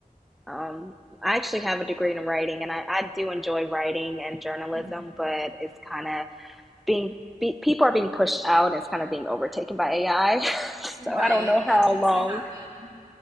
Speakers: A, in the centre; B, on the right.
A: Um, I actually have a degree in writing, and I, I do enjoy writing and journalism,
B: Mhm.
A: but it's kind of being be, people are being pushed out. And it's kind of being overtaken by AI. <laughs>
B: Right.
A: so I don't know
B: That
A: how
B: tends
A: long
B: to happen.